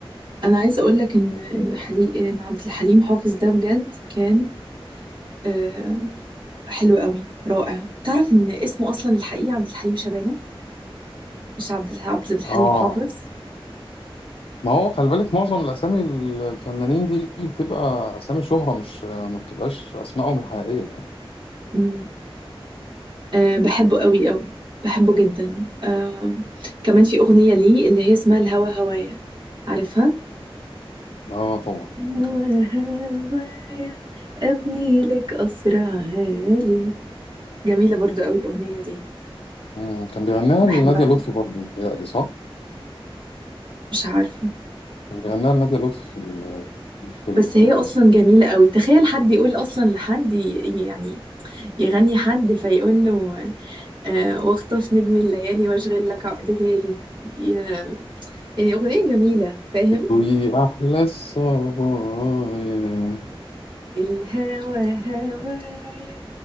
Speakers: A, on the right (about 55°); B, on the left (about 75°).
A: انا عايزه اقول لك ان ان حلي... ان عبد الحليم حافظ ده بجد كان آه... حلو قوي رائع تعرف ان اسمه اصلا الحقيقي عبد الحليم شبانه مش عبد الح... عبد الحليم
B: اه
A: حافظ
B: ما هو خلي بالك معظم الأسامي الفنانين دي بتبقى أسامي شهرة مش ما بتبقاش أسمائهم الحقيقية يعني
A: امم أه بحبه قوي قوي بحبه جدا أه كمان في أغنية ليه اللي هي اسمها الهوى هوايا عارفها؟
B: آه طبعا
A: الهوى هوايا أبني لك قصر عالي جميلة برضو قوي الأغنية دي
B: مم. كان بيغنيها
A: بحبها
B: لنادية لطفي برضه متهيألي صح؟
A: مش عارفة
B: كان بيغنيها لنادية لطفي في ال- في الفيلم
A: بس
B: تقريبا
A: هي أصلا جميلة قوي تخيل حد يقول أصلا لحد ي- يعني يغني حد فيقول له أه واخطف نجم الليالي واشغل لك عقد غالي ي- يعني أغنية جميلة فاهم؟
B: وي أحلى الصبايا
A: الهوى هوايا